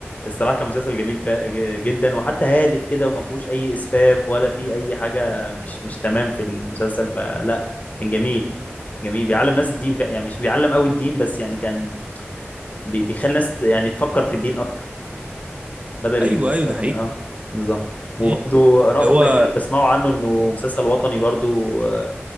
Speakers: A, on the left; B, on the right.
A: الصراحه كان مسلسل جميل فا... ج- جدا وحتى هادف كده وما فيهوش اي اسفاف ولا في اي حاجه مش مش تمام في المسلسل فلا كان جميل جميل بيعلم ناس الدين فع- يعني مش بيعلم قوي الدين بس يعني كان بي... بيخلي ناس ت- يعني تفكر في الدين اكتر بدل الاسفاف
B: ايوه ايوه ده حقيقي
A: اللي- اه بالظبط وبرضه
B: مم.
A: رأفت
B: اللي هو
A: الهجان اللي بسمعه عنه انه مسلسل وطني برضه آه،